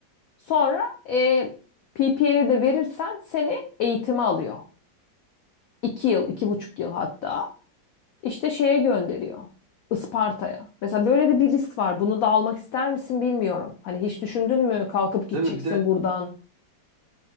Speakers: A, on the left; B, on the right.
A: Sonra e, PPR'i de verirsen seni eğitime alıyor. İki yıl, iki buçuk yıl hatta. İşte şeye gönderiyor. Isparta'ya. Mesela böyle de bir risk var. Bunu da almak ister misin bilmiyorum. Hani hiç düşündün mü kalkıp gideceksin
B: Değil mi? Bir de
A: buradan?